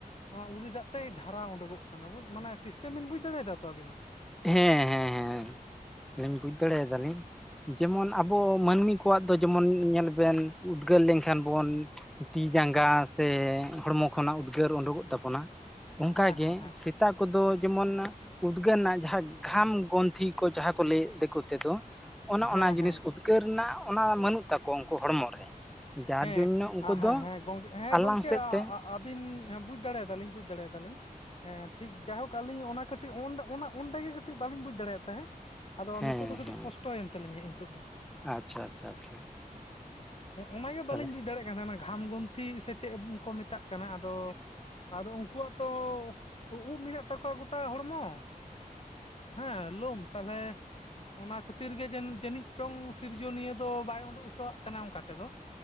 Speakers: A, on the left (about 40°); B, in the centre.
A: ᱱᱚᱣᱟ ᱩᱞᱤ ᱫᱟᱜ ᱛᱮᱭ ᱡᱷᱟᱨᱟᱣ ᱩᱰᱩᱝᱚᱜ ᱠᱟᱱᱟ ᱵᱩᱡ ᱢᱟᱱᱮ ᱥᱤᱥᱴᱮᱢ ᱵᱤᱱ ᱵᱩᱡ ᱫᱟᱲᱮᱭᱟᱫᱟ ᱛᱚ ᱟᱹᱵᱤᱱ
B: ᱦᱮᱸ ᱦᱮᱸ ᱦᱮᱸ ᱟᱞᱤᱧ ᱵᱩᱡ ᱫᱟᱲᱮᱭᱟᱫᱟ ᱞᱤᱧ ᱡᱮᱢᱚᱱ ᱟᱵᱚ ᱢᱟᱹᱱᱢᱤ ᱠᱚᱣᱟᱜ ᱫᱚ ᱡᱮᱢᱚᱱ ᱧᱮᱞ ᱵᱮᱱ ᱩᱫᱽᱜᱟᱹᱨ ᱞᱮᱱᱠᱷᱟᱱ ᱵᱚᱱ ᱛᱤ ᱡᱟᱸᱜᱟ ᱛᱮ ᱦᱚᱲᱢᱚ ᱠᱷᱚᱱᱟᱜ ᱩᱫᱽᱜᱟᱹᱨ ᱳᱰᱳᱠᱚᱜ ᱛᱟᱵᱚᱱᱟ ᱚᱱᱠᱟ
A: ᱦᱮᱸ
B: ᱜᱮ
A: ᱦᱮᱸ ᱦᱮᱸ
B: ᱥᱤ ᱛᱟ ᱠᱚ ᱫᱚ ᱡᱮᱢᱚᱱ ᱩᱫᱽᱜᱟᱹᱨ ᱱᱟᱭ ᱡᱟᱦᱟᱸ ᱜᱷᱟᱢ ᱜᱚᱱᱛᱷᱤ ᱠᱚ ᱡᱟᱦᱟᱸ ᱠᱚ ᱞᱟᱹᱭ ᱫᱮᱠᱳ ᱛᱮᱫᱚ ᱚᱱᱮ
A: ᱦᱮᱸ
B: ᱚᱱᱟ ᱡᱤᱱᱤᱥ ᱩ ᱴᱟᱹᱠᱟᱹᱨ ᱨᱮᱱᱟᱜ ᱚᱱᱟ ᱵᱟᱹᱱᱩᱜ ᱛᱟᱠᱚᱣᱟ ᱩᱱᱠᱩ ᱦᱚᱲᱢᱚ ᱨᱮ ᱡᱟᱨ
A: ᱦᱮᱸ
B: ᱡᱚᱱᱱᱚ ᱩᱱᱠᱩ ᱫᱚ
A: ᱦᱮᱸ ᱦᱮᱸ ᱜᱚᱝ ᱦᱮᱸ
B: ᱟᱞᱟᱝ
A: ᱜᱚᱢᱠᱮ
B: ᱥᱮᱫ ᱛᱮ
A: ᱟᱵᱤᱱ ᱦᱮᱸ ᱵᱩᱡ ᱫᱟᱲᱮᱭᱟᱫᱟ ᱞᱤᱧ ᱵᱩᱡ ᱫᱟᱲᱮᱭᱟᱫᱟ ᱞᱤᱧ ᱦᱮᱸ ᱴᱷᱤᱠ ᱡᱟᱭᱦᱳᱠ ᱟᱹᱞᱤᱧ ᱚᱱᱟ ᱠᱟᱹᱴᱤᱡ ᱚᱱᱟ ᱚᱸᱰᱮᱜᱮ ᱠᱟᱹᱴᱤᱡ ᱵᱟᱞᱤᱧ ᱵᱩᱡᱽ ᱫᱟᱲᱮᱭᱟᱜ ᱛᱟᱦᱮᱸᱫ ᱟᱫᱚ
B: ᱦᱮᱸ
A: ᱱᱤᱛᱳᱜ ᱫᱚ ᱠᱟᱹᱴᱤᱡ
B: ᱦᱮᱸ
A: ᱠᱚᱥᱴᱚᱭᱮᱱ ᱛᱟᱹᱞᱤᱧᱟ ᱦᱤ ᱱᱤᱛᱳᱜ ᱫᱚ
B: ᱟᱪᱪᱷᱟ ᱟᱪᱪᱷᱟ ᱟᱪᱪᱷᱟ
A: ᱚᱱᱟᱜᱮ
B: ᱛᱟᱦᱚᱞᱮ
A: ᱵᱟᱹᱞᱤᱧ ᱵᱩᱡᱽ ᱫᱟᱲᱮᱭᱟᱜ ᱠᱟᱱ ᱛᱟᱦᱮᱱᱟ ᱜᱷᱟᱢ ᱜᱩᱱᱛᱤ ᱥᱮ ᱪᱮᱫ ᱠᱚ ᱢᱮᱛᱟᱜ ᱠᱟᱱᱟ ᱟᱫᱚ ᱟᱫᱚ ᱩᱱᱠᱩᱣᱟᱜ ᱛᱚ ᱩᱵ ᱢᱮᱱᱟᱜ ᱛᱟᱠᱚᱣᱟ ᱜᱚᱴᱟ ᱦᱚᱲᱢᱚ ᱦᱮᱸ ᱞᱳᱢ ᱛᱟᱦᱚᱞᱮ ᱚᱱᱟ ᱠᱷᱟᱹᱛᱤᱨ ᱜᱮ ᱡᱟᱹᱱᱤᱡ ᱪᱚᱝ ᱥᱤᱨᱡᱚᱱᱤᱭᱟᱹ ᱫᱚ ᱵᱟᱭ ᱩᱰᱩᱠ ᱦᱚᱪᱚᱣᱟᱜ ᱠᱟᱱᱟ ᱚᱱᱠᱟ ᱛᱮ ᱫᱚ